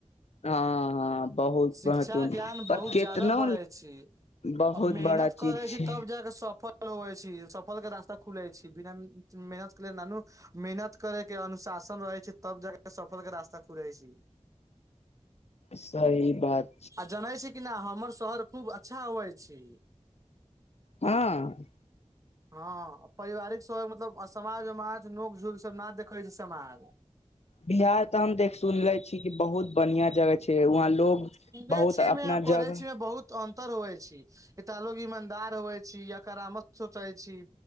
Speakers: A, on the left; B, on the right.
A: हँ हँ बहुत
B: शिक्षा
A: महत्वपूर्ण
B: ज्ञान
A: पर
B: बहुत
A: केतनो
B: जादा बढ़ै छी
A: बहुत
B: आ मेहनत
A: बड़ा चीज
B: करै
A: छै
B: छी तब जाके सफल लऽ हो छै सफल के रास्ता खुले छै बिना मेहनत के लेल नानू मेहनत करे के अनुशासन रहे छै तब जाके सफर के रास्ता खुले छ्य
A: सही बात
B: आ जनै छै कि न हमर शहर खूब अच्छा होय छी
A: हँ
B: <inaudible> हँ पारिवारिक सब मतलब समाज उमाज नोक झोक सब ना देखै छै समाज
A: बिहार तऽ हम देख सुनले की बहुत बढ़िया जगह छै वहाँ लोग
B: सुनै
A: बहुत
B: छी
A: अपना
B: मे आ करै
A: जगह
B: छी मे बहुत अन्तर होबै छी एटा लोग ईमानदार होइ छी या करामश सोचै छी